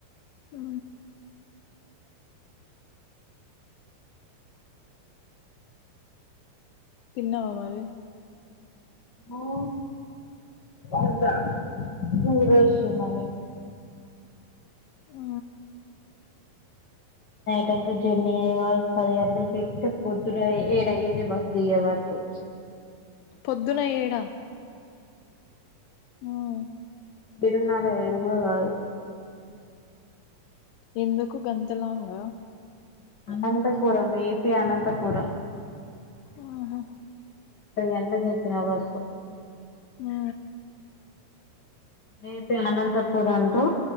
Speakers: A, on the left (about 80°); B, on the left (about 55°).
A: ఆ కన్నావా మరి
B: ఆ అంట నిరషంన్నా
A: ఆ
B: టంత జర్నీ అయేవ కళలోతే పొద్దురు ఏడయిద బస్ దిగే వరకు
A: పొద్దున ఏడా ఉవు
B: ఇడున్నాడ ఎడుగు కాదు
A: ఎందుకు గంతలాంగా
B: అనంతపురం ఏపీ అనంతపురం
A: ఆహా
B: ఎంత కేకినా వాస
A: ఆ
B: ఏ అనంతపూర్ అంటూ